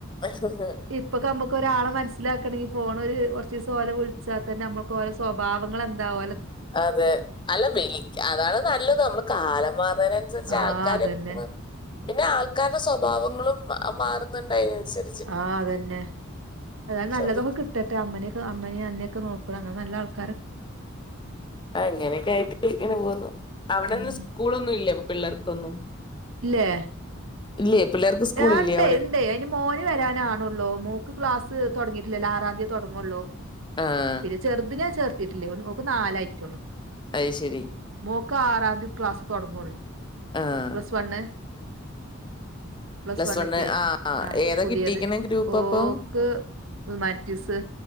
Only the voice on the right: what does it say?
ഇപ്പൊ ന ഒരാളെ മനസ്സിലാക്കണെങ്ക ഫോണ ഒരു കുറച്ച് ദിവസം ഓലെ വിളിച്ചാൽ തന്നെ നമ്മുക്ക് ഓല സ്വഭാവങ്ങൾ ന്താവുമ
ആഹ്
അതന്നെ
ആഹ് അതന്നെ അതായത് നല്ലതൊക്കെ
കിട്ടട്ടെ അമ്മനൊക്കെ അമ്മന അന്നെയൊക്കെ നോക്കണം അങ്ങനെ നല്ല ആൾക്ക
ഉം
ല്ലെ
ആ ഉണ്ടണ്ട്
ഉണ്ട് മോന് വരാനാണള്ളൂ മോക്ക് ക്ലാസ് തുടങ്ങിട്ടില്ലല്ലോ ആറാം തയതി തുടങ്ങുള്ളൂ
പിന്നെ ചെറുതിനെ ചേർത്തിട്ടില്ലേ ഓക്ക് നാലായിട്ടേള്ളു
മോക്ക് ആറാം തീയതി ക്ലാസ് തുടങ്ങുള്ളൂ
plus one plus one
ഒക്കെ
ആഹ
പുതിയത്
ഓക്ക്
ഹുമാനിറ്റീസ്